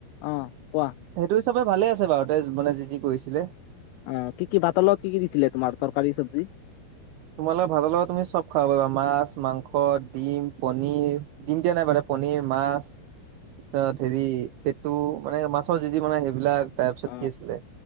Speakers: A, on the left; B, on the right.
A: অ কোৱা
B: সেইটো হিচাপে ভালে আছে বাৰু তে মানে যি যি কৰিছিলে।
A: অ', কি কি ভাতৰ লগত কি কি দিছিলে তোমাৰ তৰকাৰী চব্জি?
B: তোমালোক ভাতৰ লগত তুমি চ'ব খাব পাৰিবা মাছ, মাংস, ডিম, পণিৰ। দিম দিয়া নাই মানে পনীৰ, মাছ। তাৰপিছত হেৰি পেটো মানে মাছৰ যি যি বনাই সেইবিলাক। তাৰপিছত
A: অ
B: কি আছিলে